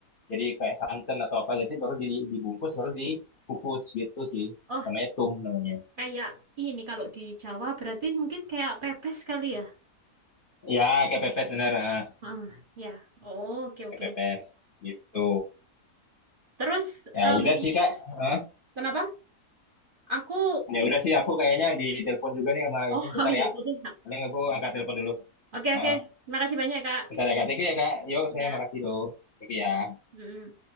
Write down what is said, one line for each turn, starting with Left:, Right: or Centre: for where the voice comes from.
Left: jadi kayak santan atau apa jadi baru di- dibungkus baru dikukus gitu sih
Right: oh
Left: namanya tum namanya
Right: kayak ini kalau di Jawa berarti mungkin kayak pepes kali ya.
Left: ya kayak pepes bener ah
Right: Ah, ya. Oh, oke oke.
Left: kayak pepes gitu
Right: Terus
Left: ya
Right: em,
Left: udah sih kak Hah?
Right: kenapa? Aku
Left: ya udah sih aku kayaknya di telepon juga nih sama ini
Right: Oh, <laughs>
Left: bentar
Right: iya
Left: ya
Right: gitu.
Left: paling aku angkat telepon dulu
Right: Oke,
Left: ah
Right: oke. Makasih banyak, Kak.
Left: bentar ya kak thank you ya kak yuk
Right: Ya.
Left: saya makasih loh thank you ya
Right: Mm-mm.